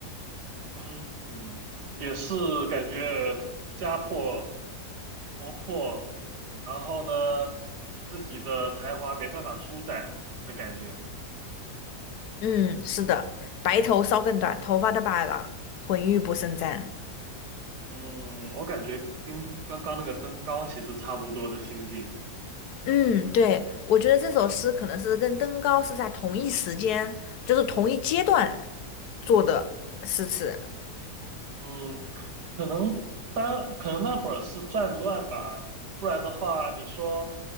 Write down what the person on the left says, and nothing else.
嗯，是的，白头搔更短，头发都白了，浑欲不胜簪。
嗯，对，我觉得这首诗可能是跟登高是在同一时间，就是同一阶段做的诗词。